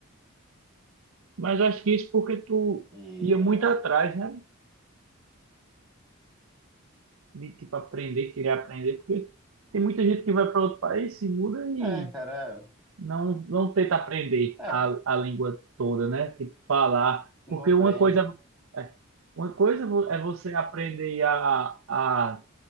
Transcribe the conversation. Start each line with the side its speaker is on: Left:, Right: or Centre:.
Right: Mas acho que isso porque tu
Centre: E,
Right: ia muito atrás, né? De tipo aprender, querer aprender, porque tem muita gente que vai para outro país, se muda e
Centre: é, cara,
Right: não não tenta aprender
Centre: é,
Right: a, a língua toda, né? Tipo falar,
Centre: e
Right: porque
Centre: não aprende.
Right: uma coisa é, uma coisa vo- é você aprender a, a